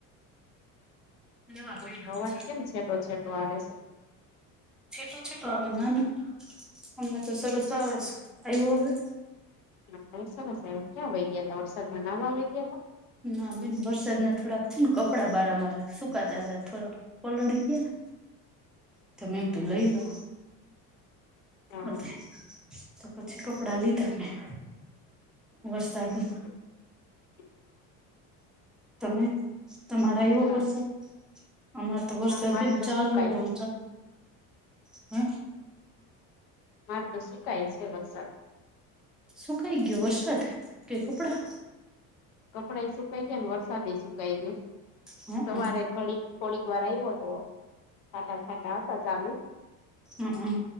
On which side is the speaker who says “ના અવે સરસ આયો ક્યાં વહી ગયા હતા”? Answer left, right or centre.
Left